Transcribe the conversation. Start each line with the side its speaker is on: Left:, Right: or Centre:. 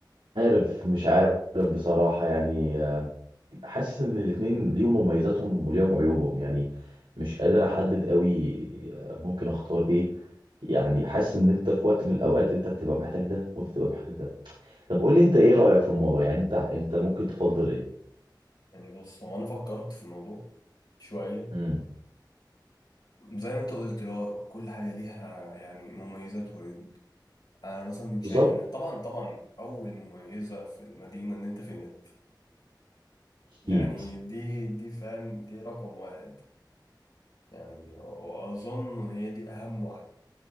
Right: عارف مش عارف بصراحه يعني آه، حاسس ان الاتنين ليهم مميزاتهم وليهم عيوبهم يعني مش قادر احدد قوي آه، ممكن اختار ايه يعني حاسس ان انت في وقت من الاوقات انت بتبقى محتاج ده وانت بتبقى محتاج ده طب قول لي انت ايه رايك في الموضوع يعني انت انت ممكن تفضل ايه
Left: يعني بص هو انا فكرت في الموضوع شوية
Right: امم
Left: زي ما انت قلت اللي هو كل حاجة ليها يعني مميزات وعيوب انا مثلا من شيء
Right: بالظبط
Left: انا طبعا طبعا اول مميزه في المدينه ان انت في نت
Right: اكيد
Left: يعني دي دي فاهم دي رقم واحد يعني واظن هي دي اهم واحده